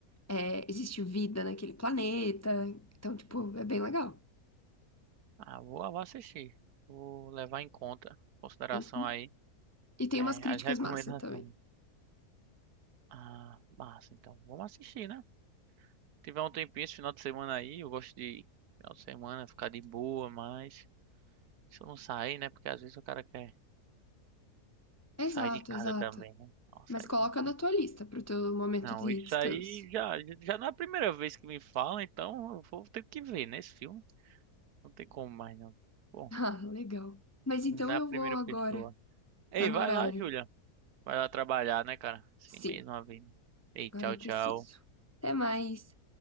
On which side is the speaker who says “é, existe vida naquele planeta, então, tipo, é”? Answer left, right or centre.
Left